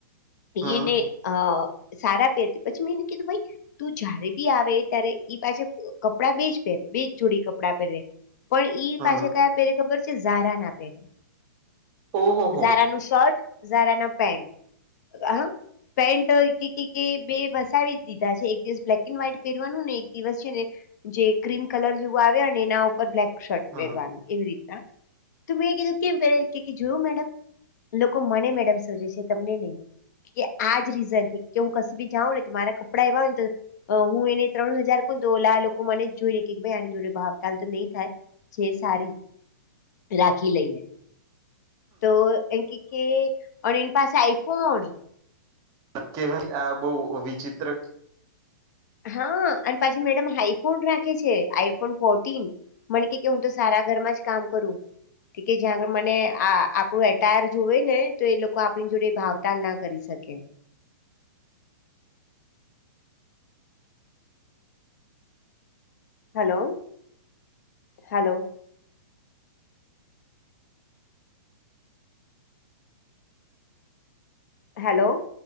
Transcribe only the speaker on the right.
હમ
હમ
ઓહો હો
હમ
કે ભાઈ આ બહુ વિચિત્ર